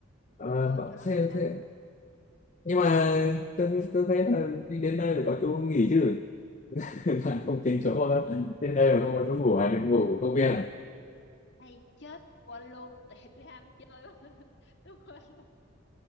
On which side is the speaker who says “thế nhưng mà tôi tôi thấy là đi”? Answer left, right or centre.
Left